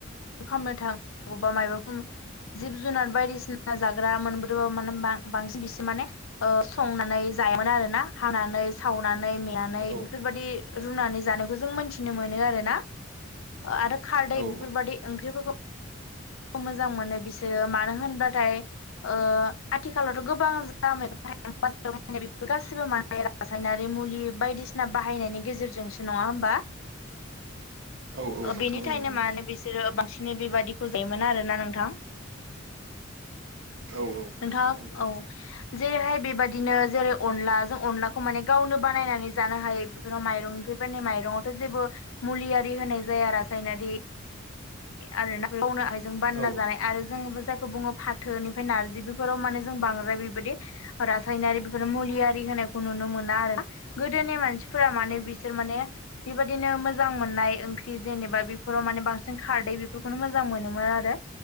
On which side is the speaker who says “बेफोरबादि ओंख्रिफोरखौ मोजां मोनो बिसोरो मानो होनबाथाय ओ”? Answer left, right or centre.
Left